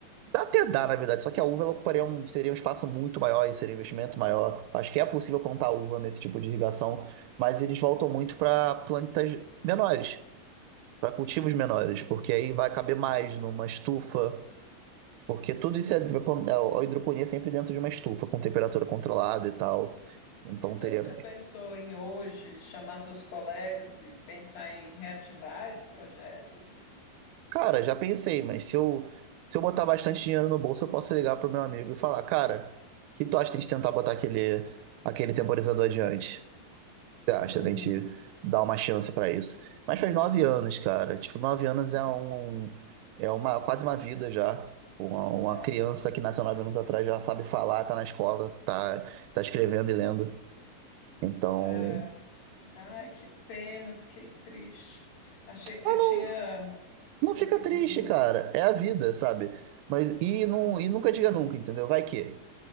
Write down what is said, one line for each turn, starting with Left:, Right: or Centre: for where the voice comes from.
Right: Dá até dá, na verdade, só que a uva ela ocuparia um, seria um espaço muito maior e seria um investimento maior. Acho que é possível plantar uva nesse tipo de irrigação, mas eles voltam muito para plantas menores, para cultivos menores, porque aí vai caber mais numa estufa, porque tudo isso é a hidroponia é sempre dentro de uma estufa com temperatura controlada e tal. Então
Left: E você
Right: teria,
Left: nunca pensou em hoje chamar seus colegas e pensar em reativar esse projeto?
Right: cara, já pensei, mas se eu se eu botar bastante dinheiro no bolso, eu posso ligar pro meu amigo e falar, cara, que tu acha que a gente tentar botar aquele aquele temporizador adiante? você acha
Left: Uhum.
Right: da gente dar uma chance pra isso? Mas faz nove anos, cara. Tipo, nove anos é um, é uma quase uma vida já. Tipo, Uma, uma
Left: Ah,
Right: criança que nasceu nove anos atrás já sabe falar, tá na escola, tá, tá escrevendo e lendo. Então,
Left: é. Ai, que pena, fiquei triste. Achei que você
Right: ah,
Left: tinha
Right: não, não
Left: conseguido.
Right: fica triste, cara. É a vida, sabe? Mas e
Left: ah,
Right: não, e nunca diga nunca, entendeu? Vai que,